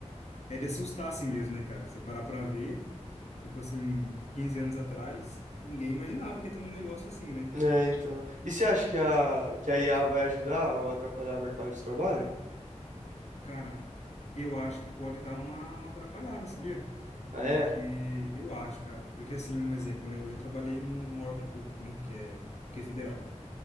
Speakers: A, on the left (about 60°); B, on the right (about 80°).
A: é de assustar, assim mesmo, né, cara? Você parar pra ver. Tipo assim, 15 anos atrás, ninguém imaginava que ia ter um negócio assim, né?
B: É, então. E você acha que a, que a IA vai ajudar ou atrapalhar o mercado de trabalho?
A: Cara, eu acho que pode dar uma, uma atrapalhada, sabia?
B: Ah,
A: Porque
B: é?
A: eu acho, cara. Porque assim, um exemplo, né? Eu já trabalhei num, num órgão público, né? Que é, que é federal.